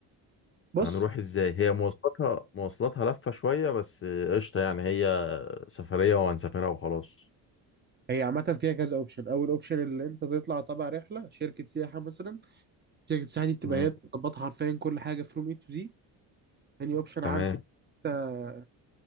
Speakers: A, on the right; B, on the left.
A: بص
B: هنروح ازاي هي مواصلاتها مواصلاتها لفة شوية بس آه، قشطة يعني هي سفرية وهنسافرها وخلاص
A: هي عامة فيها كذا اوبشن اول اوبشن اللي انت تطلع تبع رحلة شركة سياحة مثلا شركة سياحة دي بتبقى
B: مم.
A: هي بتظبطها حرفيا كل حاجة فروم اي تو زي تاني اوبشن
B: تمام
A: عندك انت